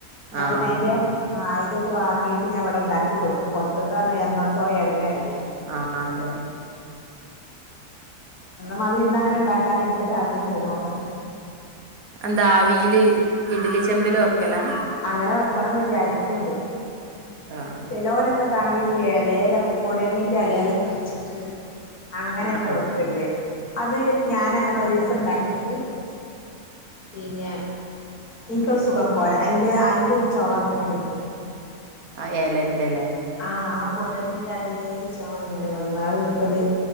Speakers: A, on the left; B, on the right.
A: ഞാപിന്നെയ്ന്റെ
B: ആഹ്
A: ആഹ് അയ്ന്റെത് വാങ്ങീട്ട് ഞാവടെണ്ടാക്കി കൊടുക്കും. പൊർത്ത്ത്തെർഞ്ഞ എന്നത്തോ എണ്ണല്ലേ.
B: ആഹ് ആഹ് അതെ.
A: ന്നമാതിരി ഇന്നങ്ങനെണ്ടാക്കാന് ഇൻക്കൊരാഗ്രഹണ്ട് നോക്കട്ടെ
B: ന്താവിയില് ഇഡ്ലിച്ചെമ്പില് വെക്കലാ?
A: അങ്ങനെ വെക്കണംന്ന് വിചാരിക്ക്‌ണ്ട്
B: ആഹ്
A: ചെലോലൊക്കെകാണാ ഈ എലേലൊക്കെ പൊടണ്ണിന്റെ എലേലൊക്കെ വെച്ചിട്ട് അങ്ങനൊക്കെ
B: ആഹ് ആഹ്
A: വെക്ക്‌ണ്ട് അത് ഞാനങ്ങനെ ഒരൂസം ണ്ടാക്കീട്ട് പിന്നെ ഇൻക്കത് സുഖം പോരാ അയ്ന്റെ അയ്ന്റൊരു ചൊവങ്ങനെ വന്ന്.
B: അ എലന്റെലേ?
A: ആഹ് ആ പൊടണ്ണിന്റെ അതേ ചൊവങ്ങനെ വന്നു അഹ്ൻക്കൊര്